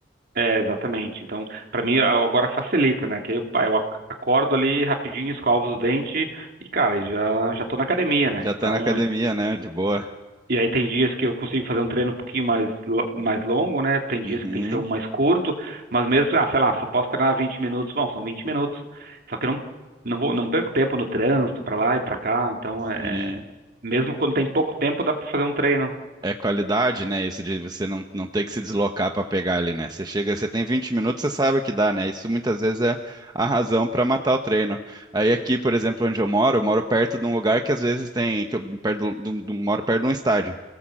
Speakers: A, on the right; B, on the right.
A: É, exatamente. Então, para mim agora facilita, né? Que eu, pá, eu ac- acordo ali rapidinho, escovo os dentes e, cara, já já tô na academia, né?
B: Já tá
A: Então,
B: na academia, né? De boa.
A: E aí tem dias que eu consigo fazer um treino um pouquinho mais, lo- mais longo, né? Tem dias
B: Uhum,
A: que tem que ser um mais curto, mas mesmo, ah, sei lá, só posso treinar 20 minutos, bom, são 20 minutos. Só que eu não, não vou, não perco tempo no trânsito, pra lá e pra cá, então é...
B: sim.
A: Mesmo quando tem pouco tempo, dá pra fazer um treino.
B: é qualidade, né? Isso de você não, não ter que se deslocar para pegar ali, né? Você chega, você tem 20 minutos, você sabe que dá, né? Isso muitas vezes é a razão para matar o treino. Aí aqui, por exemplo, onde eu moro, eu moro perto de um lugar que às vezes tem, que eu perto do, do- do- moro perto de um estádio.